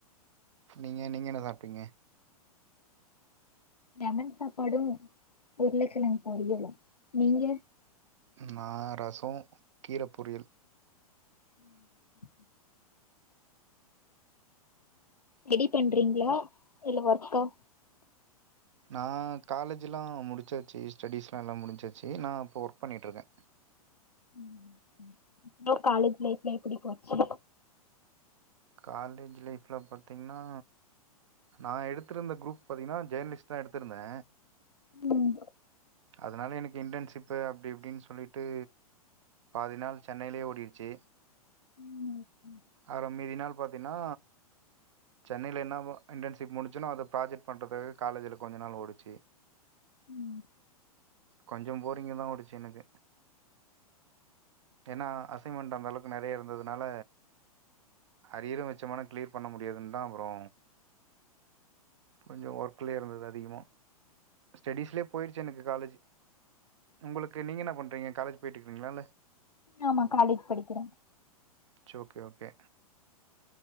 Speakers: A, on the right (about 50°); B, on the left (about 90°).
A: நீங்க நீங்க என்ன சாப்ட்டீங்க
B: லெமன் சாப்பாடு உருளைக்கெழங் பொரியலு நீங்க
A: நா ரசோ கீர பொரியல்
B: ம் ரெடி பண்றீங்களா இல்ல ஒர்க்கா
A: நா காலேஜிலா முடிச்சாச்சு ஸ்டெடீஸ்லா எல்லா முடிஞ்சாச்சு நா இப்போ ஒர்க் பண்ணிட்டுருக்கே
B: ம் ம் உங்க காலேஜ் லைஃப்லா எப்படி போச்சு
A: காலேஜ் லைஃப்லா பாத்தீங்கன்னா நா எடுத்திருந்த குரூப் பாத்தீங்கன்னா ஜேர்னலிஸ்ட் தா எடுத்துருந்தே
B: ம்
A: அதனால எனக்கு இன்டர்ன்ஷிப் இப்போ அப்படி இப்படின்னு சொல்லிட்டு பாதி நாள் சென்னையிலயே ஓடிடுச்சு
B: ம் ம்
A: அதுல மீதி நாள் பாத்தீன்னா சென்னையில என்ன இன்டர்ன்ஷி முடிச்சோன அத ப்ராஜெக்ட் பண்ணுறது காலஜில கொஞ்ச நாள் ஓடிச்சு
B: ம்
A: கொஞ்சோ போரிங்க தா ஓடுச்சு எனக்கு ஏன்னா அசைன்மெண்ட் அந்தளவுக் மேலையே இருந்ததுனால அரியர் வச்சோமன கிளீர் பண்ண முடியாதுன் தா அப்புறோ கொஞ்சோ ஒர்க்கலயே இருந்தது அதிகமாக ஸ்டெடீஸ்லயே போயிருச்சு எனக்கு காலேஜ் உங்களுக்கு நீங்க என்ன பண்றீங்க காலேஜ் போயிட்டுருக்கீங்களா
B: ஆமா காலேஜ் படிக்கிறா
A: சேர் ஓகே ஓகே